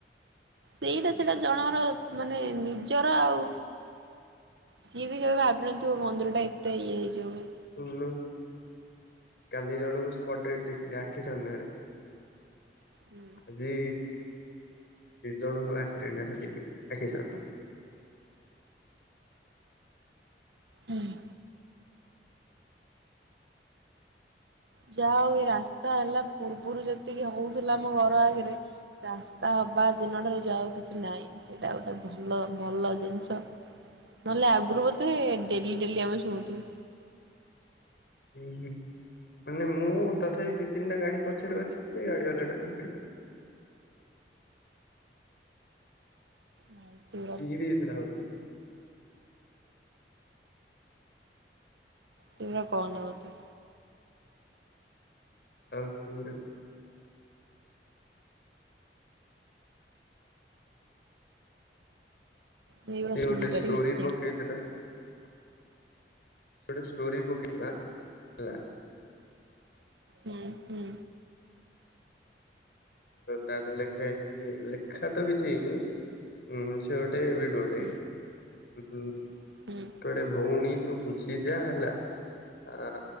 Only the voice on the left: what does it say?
ଶନୁ <inaudible> କାଲି ଜଣଙ୍କୁ ସ୍ପଟ ଡେଡ୍ ଦେଖିଲି ଆଖି ସାମ୍ନାରେ।
ଆଜି ଜଣୁଙ୍କୁ ଆସିଡେଣ୍ଟ ହେଲା ଦେଖିଲି ଆଖି ସାମ୍ନାରେ।
ହୁଁ ହୁଁ ମାନେ ମୁଁ ତଥାପି ଦି ତିନିଟା ଗାଡି ପଛରେ ଅଛି ସେ ଗାଡି ବାଲା ଟା ନେଇ ପିଟିଲା।
ଇଞ୍ଜିରୀ ହେଇଥିଲା ବୋଧେ।
ଆଉ କୋ
ସିଏ
ଗୋଟେ ଷ୍ଟୋରି ପକେଇଥିଲା। ସେ ଗୋଟେ ଷ୍ଟୋରି ପକେଇଥିଲା ହେଲା।
ତା ଦେହରେ ଲେଖା ହେଇଛି ଲେଖା ତ କିଛି ହେଇନି ଉଁ ସେ ଗୋଟେ
ସେ ଗୋଟେ
ଡେ ଭଉଣୀ ତୁ ବୁଝିଯା ହେଲା ଆ